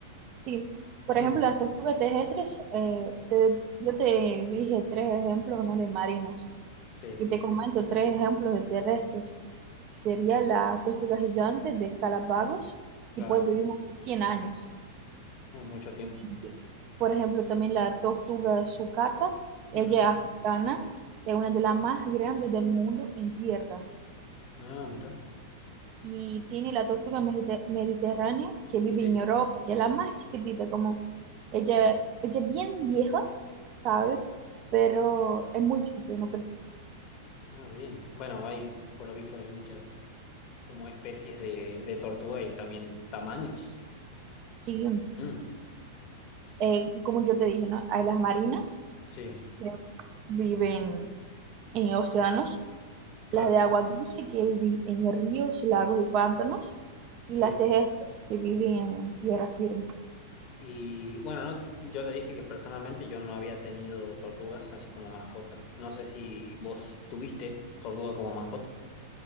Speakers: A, on the right; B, on the left.
A: Sí, por
B: Mm,
A: ejemplo, las tortugas terrestres, eh, te- yo te dije tres ejemplos, ¿no? de marinas,
B: sí,
A: y te comento tres ejemplos de terrestres. Sería la tortuga gigante de Galápagos,
B: claro.
A: que puede vivir 100 años.
B: No, mucho tiempo.
A: Y, por ejemplo, también la tortuga sucata, ella
B: Ujú.
A: es africana, es una de las más grandes del mundo en tierra.
B: Ah, mira.
A: Y tiene la tortuga medite- mediterránea que vive
B: Sí.
A: en Europa, que es la más chiquitita, como ella, ella es bien vieja, ¿sabes? Pero es muy chiquita, no crece.
B: Ah, bien. Bueno, hay, por lo visto, hay muchas como especies de, de tortuga y también tamaños.
A: Sí,
B: Mm,
A: eh, como yo te dije, ¿no? Hay las marinas
B: sí,
A: que viven en océanos,
B: claro.
A: las de agua dulce que viven en ríos, lagos y pantanos, y
B: Sí.
A: las terrestres que viven en tierra firme.
B: Y bueno, no, yo te dije que personalmente yo no había tenido tortugas así como mascota. No sé si vos tuviste tortuga como mascota.